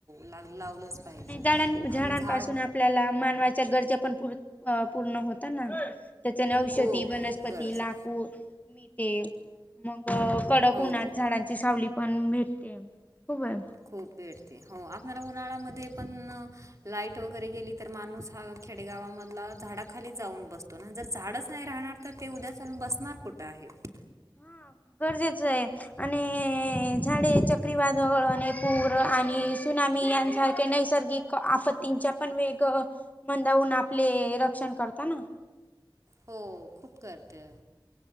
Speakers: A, on the right; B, on the left.
A: लाग लावलंच
B: आणि
A: पाहिजे
B: झाडां झाडांपासून
A: आणि झाड
B: आपल्याला मानवाच्या गरजा पण पुर अं पूर्ण होता ना त्याचेने औषधी
A: खूप
B: वनस्पती
A: खूप गरजा
B: लाकूड मिळते मग बघ कडक
A: हो
B: उन्हात झाडांची सावली पण भेटते खूप हे
A: खूप भेटते हो आपल्याला उन्हाळ्यामध्ये पण लाईट वगैरे गेली तर माणूस हा खेडेगावामधला झाडा खाली जाऊन बसतो ना जर झाडच नाही राहणार तर ते उद्या चालून बसणार कुठं आहेतं
B: हा गरजेचंय आणि झाडे चक्रीवादळ आणि पूर आणि सुनामी यांसारखे नैसर्गिक आपत्तींच्या पण वेग मंदावून आपले रक्षण करताना
A: हो खूप करते